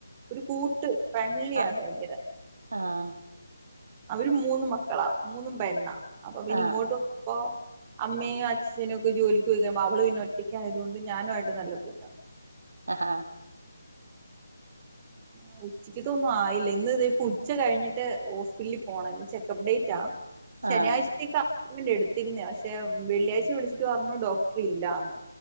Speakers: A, on the right; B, on the right.
A: ഒരു കൂട്ട് ഫ്രണ്ട്ലി
B: ആഹ്
A: ആണ് ഭയങ്കര
B: ആഹ്
A: അവര് മൂന്നും മക്കളാ മൂന്നും പെണ്ണാ അപ്പൊ പിന്ന
B: ആഹ്
A: ഇങ്ങോട്ട്പ്പോ അമ്മയും അച്ഛനും ഒക്കെ ജോലിക്ക് പോയി കഴിയുമ്പ അവള് പിന്നെ ഒറ്റയ്ക്കായതുകൊണ്ട് ഞാനു ആയിട്ട് നല്ല കൂട്ടാ
B: ആങ്‌ഹ
A: <unintelligible> ഉച്ചക്ക്ത്ത ഒന്നും ആയില്ല ഇന്ന് ഇത ഇപ്പ ഉച്ച കഴിഞ്ഞിട്ട് ഹോസ്പിറ്റലിൽ പോണംന്ന് ചെക്കപ്പ് ഡേറ്റ് ആ ശനിയാഴ്ചത്തേക്ക്
B: ആഹ്
A: എടുത്തിരുന്നേ പക്ഷെ വെള്ളിയാഴ്ച വിളിച്ചിട്ട് പറഞ്ഞു ഡോക്ടർ ഇല്ലാന്ന്